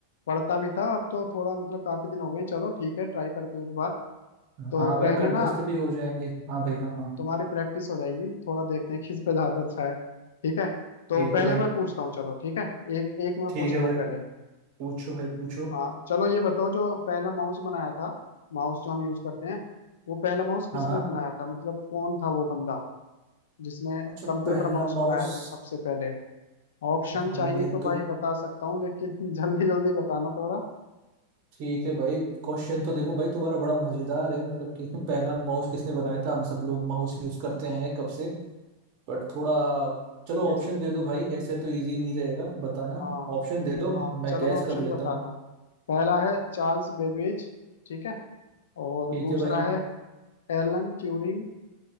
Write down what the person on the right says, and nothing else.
हाँ भाई
कंटेस्ट
भी हो जाएंगे हाँ भाई हाँ हाँ
ठीक
है भाई
ठीक
है भाई
पूछो भाई पूछो
हाँ हाँ
अच्छा
पहला
माउस
भाई
ये
तो
ठीक है भाई क्वेश्चन तो देखो भाई तुम्हारा बड़ा मजेदार है मतलब कि <laughs> पहला माउस किसने बनाया था हम सब लोग माउस यूज करते आए हैं कब से बट थोड़ा चलो
ऑप्शन
दे दो भाई ऐसे तो इजी नहीं रहेगा बताना
ऑप्शन दे दो
मैं
गैस
कर लेता
हूँ
ठीक
है भाई